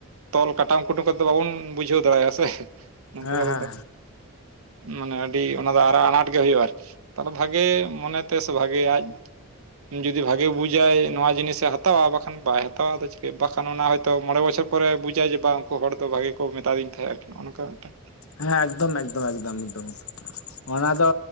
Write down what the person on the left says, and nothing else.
ᱦᱮᱸ
ᱦᱮᱸ
ᱦᱮᱸ ᱮᱠᱫᱚᱢ ᱮᱠᱫᱚᱢ ᱮᱠᱫᱚᱢ ᱮᱠᱫᱚᱢ ᱮᱠᱫᱚᱢ
᱾ ᱚᱱᱟ ᱫᱚ